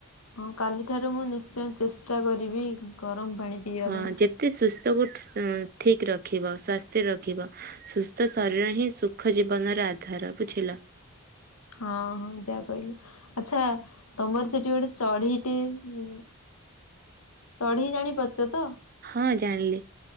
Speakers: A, on the left; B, on the right.
A: ଅଁ କାଲିଠାରୁ ମୁଁ ନିଶ୍ଚୟ ଚେଷ୍ଟା କରିବି ଗରମ ପାଣି। ପିଇବା
B: ହଁ
A: ପାଇଁ।
B: ଯେତେ ସୁସ୍ଥ କୁ ସ୍ ଠିକ୍ ରଖିବ ସ୍ଵାସ୍ଥ୍ୟ ରଖିବ। ସୁସ୍ଥ ଶରୀର ହିଁ ସୁଖ ଜୀବନର ଆଧାର ବୁଝିଲ।
A: ହଁ ହଁ ଯା କହିଲ। ଆଚ୍ଛା ତମର ସେଠି ଗୋଟେ ଚଢେଇଟେ ଉଁ। ଚଢେଇ ଜାଣି ପାରୁଚ ତ।
B: ହଁ ଜାଣିଲି।